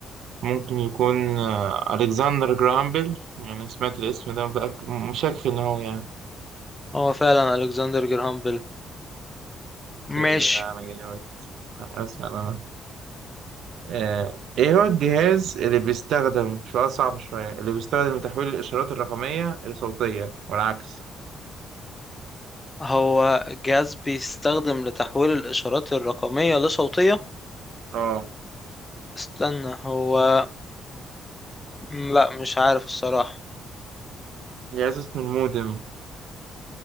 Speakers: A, on the right (about 75°); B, on the left (about 20°).
A: ممكن يكون آه. ألكسندر جراهام بيل يعني سمعت الاسم ده متأكد مشكك إن هو يعني
B: هو فعلا الكسندر جراهام بيل
A: أوكي
B: ماشي
A: لا، أنا جامد أسأل أنا آه. إيه هو الجهاز اللي بيستخدم سؤال صعب شوية اللي بيستخدم لتحويل الإشارات الرقمية لصوتية والعكس
B: هو جهاز بيستخدم لتحويل الاشارات الرقمية لصوتية
A: اه
B: استنى هو لا مش عارف الصراحة
A: جهاز اسمه المودم